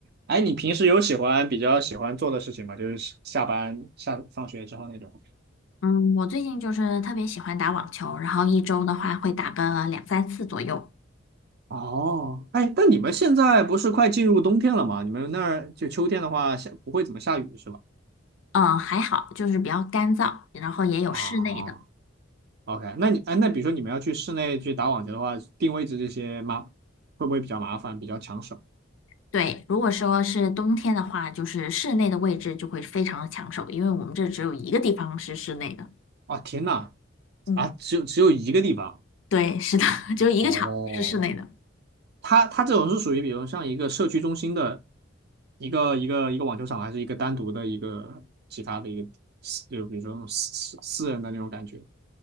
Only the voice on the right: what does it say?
哎，你平时有喜欢比较喜欢做的事情吗？就是下班下放学之后那种。
哦，哎，但你们现在不是快进入冬天了吗？你们那儿就秋天的话，下不会怎么下雨是吧？
啊，OK，那你哎，那比如说你们要去室内去打网球的话，定位置这些吗？会不会比较麻烦，比较抢手？
哇，天呐，
啊，只有只有一个地方。
哦，它它这种是属于，比如像一个社区中心的一个一个一个网球场，还是一个单独的一个其他的一个私，就比如说那种私私私人的那种感觉。